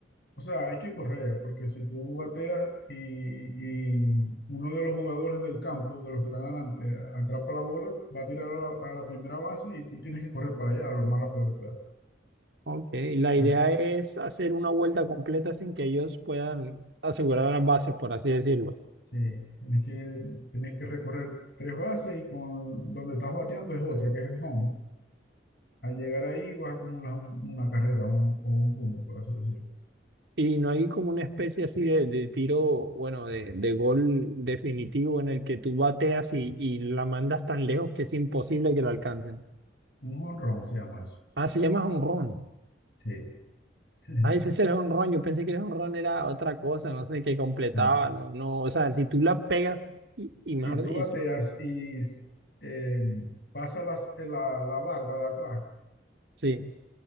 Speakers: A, on the left (about 60°); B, on the right (about 70°).
A: o sea, hay que correr, porque si tú bateas y, y uno de los jugadores del campo, de los que están adelante, atrapa la bola, va a tirar a la, a la primera base y tú tienes que correr para allá lo más rápido que puedas.
B: Ok, la
A: Ah,
B: idea es hacer una vuelta completa sin que ellos puedan asegurar las bases, por así decirlo.
A: sí, tienes que, ir- tienes que recorrer tres bases y con donde estás bateando es otra, que es el home. Al llegar ahí vas a acumular un- una carrera un- o un punto, por así decirlo.
B: Y no hay como una especie así de, de tiro, bueno, de, de gol definitivo en el que tú bateas y, y la mandas tan lejos que es imposible que la alcancen.
A: Un home run se llama eso.
B: Ah, se llama jonrón.
A: Sí. <laughs>
B: Ah, ese es el jonrón. Yo pensé que el jonrón era otra cosa, no sé, que completaba,
A: Ah.
B: no, no. O sea, si tú la pegas y, y
A: Si
B: mejor,
A: tú
B: y-
A: bateas y s- eh, pasa las- eh, la, la barda de atrás,
B: sí,